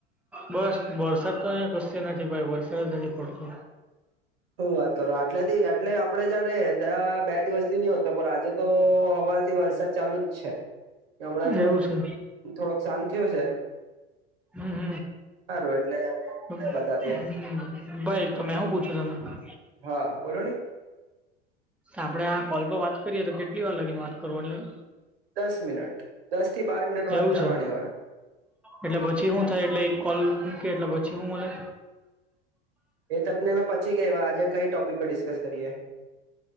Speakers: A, in the centre; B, on the right.
A: બસ વરસાદ તો અહીં કસ નથી ભાઈ વર્ષદ ની પડતો
B: હું વાત કરો આટલે થી આટલે આપડે જયારે ત્યાં બે દિવસ હમણાં થોડોક-થોડોક
A: એવું છે
B: શાંત થયો છે
A: હમ
B: સારું એટલે અ <unintelligible> ઘણા
A: હમ
B: એ બધા <inaudible>
A: હમ ભાઈ તો મેં હુ પૂછ્યું તને
B: હા બોલો નને
A: આપડા કોલ પર વાત કરીએ તો કેટલી વાર લગીને વાત કરવાની
B: દસ મિનટ દસ થી બાર મિનટ વાત
A: <inaudible> એવું
B: કરવાની
A: છે
B: હોય
A: એટલે પછી હું થાય એટલે એક કોલ મૂકે એટલે પછી હું મલે?
B: એ તમને મે પછી કેવા આજે કઈ ટોપિક પર ડિસ્કસ કરીએ?